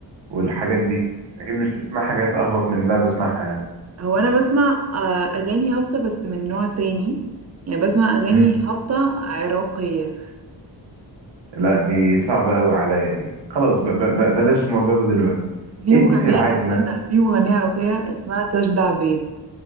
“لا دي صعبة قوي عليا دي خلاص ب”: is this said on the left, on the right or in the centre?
Right